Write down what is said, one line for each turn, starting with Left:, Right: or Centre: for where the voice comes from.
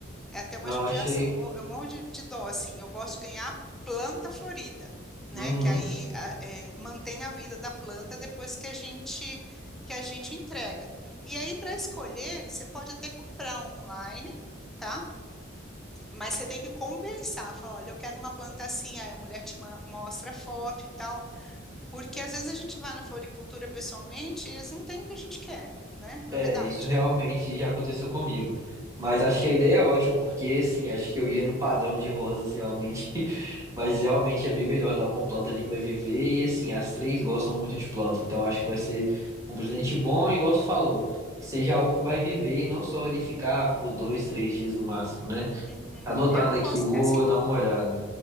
Centre: É até uma
Right: Não,
Centre: judiação.
Right: achei.
Centre: Eu mo- eu morro de, de dó, assim. Eu gosto de ganhar planta florida,
Right: Uhum.
Centre: né? Que aí a- é, mantém a vida da planta depois que a gente que a gente entrega. E aí, para escolher, você pode até comprar online. tá? Mas você tem que conversar, falar, olha, eu quero uma planta assim, aí a mulher te ma- mostra a foto e tal, porque às vezes a gente vai na floricultura pessoalmente e eles não têm o que a gente quer, né?
Right: É,
Centre: Não é verdade?
Right: isso realmente já aconteceu comigo. Mas achei a ideia é ótima, porque assim, acho que eu ia no padrão de rosas realmente. <laughs> Mas realmente é bem melhor dar uma planta ali que vai viver. E assim, as três gostam muito de planta. Então acho que vai ser um presente bom, e igual você falou, que seja algo que vai viver e não só ali ficar por dois, três dias no máximo, né?
Centre: Uhum.
Right: Tá anotado
Centre: Eu não
Right: aqui,
Centre: gosto,
Right: eu vou
Centre: é assim,
Right: dar uma olhada.